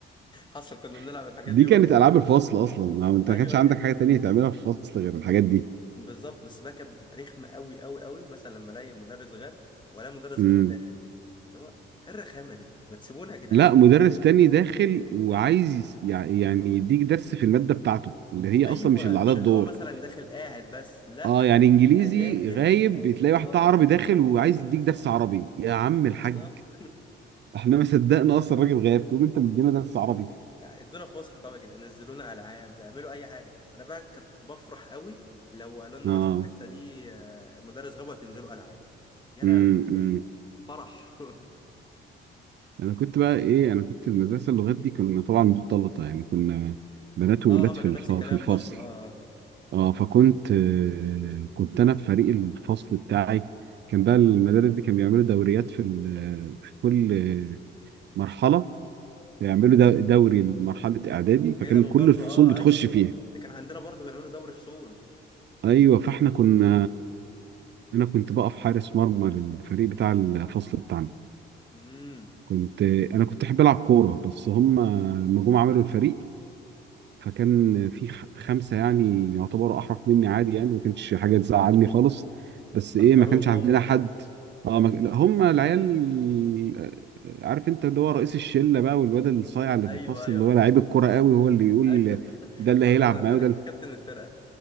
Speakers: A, on the left; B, on the right.
A: حصل كنا بنلعب
B: <laughs>
A: الحاجات
B: دي
A: دي
B: كانت
A: برضه
B: ألعاب الفصل أصلا ما أنت
A: أيوه
B: ما كانش عندك
A: هي دي
B: حاجة تانية تعملها في الفصل غير الحاجات دي
A: بالظبط بس بقى كانت بتبقى رخمه قوي قوي قوي مثلا لما الاقي مدرس غاب ولا مدرس
B: امم
A: غيره داخل اللي هو ايه الرخامه دي ما تسيبونا يا جدعان
B: لا مدرس تاني داخل وعايز يس- يع- يعني يديك درس في المادة بتاعته اللي هي
A: ايوه
B: أصلا مش اللي
A: مش
B: عليها الدور
A: اللي هو مثلا داخل قاعد بس لا
B: اه يعني انجليزي
A: ده داخل
B: غايب
A: و...
B: بتلاقي واحد
A: اه
B: بتاع عربي داخل وعايز يديك درس عربي يا عم
A: بالظبط
B: الحاج احنا ما صدقنا اصلا الراجل غايب تقوم انت مدينا درس عربي
A: <laughs> يعني ادونا فسحه طبعا يا جدعان نزلونا العاب اعملوا اي حاجه انا بقى كنت بفرح قوي لو قالوا لنا
B: اه
A: مثلا الحصه دي آه، المدرس غاب هتنزلوا العاب يا لهوي
B: امم امم.
A: فرح <laughs>
B: انا كنت بقى ايه انا كنت المدرسه اللغات دي كنا طبعا مختلطه يعني كنا بنات وولاد
A: اه آه، ما
B: في
A: انا
B: الف...
A: نفس الكلام
B: في الفصل
A: برضو اه آه.
B: اه فكنت آه كنت انا في فريق الفصل بتاعي كان بقى المدارس دي كان بيعملوا دوريات في ال... في كل آه، مرحله بيعملوا دو- دوري لمرحله اعدادي فكان
A: ايه ده ما
B: كل
A: برضو
B: الفصول
A: اه
B: بتخش
A: ايوه
B: فيها
A: ده كان عندنا برضو بيعملوا دوري فصول
B: ايوه فاحنا كنا انا كنت بقف حارس مرمى للفريق بتاع الفصل بتاعنا
A: امم
B: كنت انا كنت احب العب كوره بس هم لما جم عملوا الفريق فكان في خ- خمسه يعني يعتبروا احرف مني عادي يعني ما كانتش حاجه تزعلني خالص بس ايه
A: اختاروهم
B: ما كانش عندنا
A: هم
B: حد اه ما... لا، هم العيال عارف انت اللي هو رئيس الشله بقى والواد الصايع اللي
A: ايوه
B: في الفصل
A: ايوه
B: اللي هو لعيب الكوره قوي هو اللي يقول
A: ايوه <laughs>
B: ده اللي
A: هو
B: هيلعب
A: اللي انا
B: معايا
A: انا
B: وده
A: كابتن الفرقه